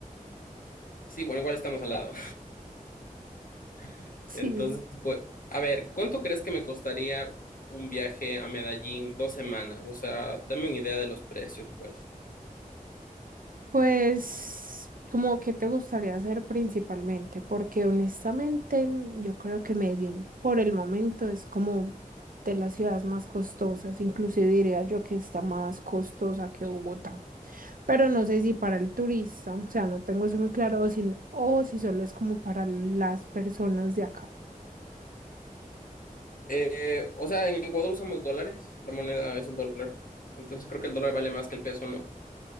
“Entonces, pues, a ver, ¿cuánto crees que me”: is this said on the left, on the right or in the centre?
Left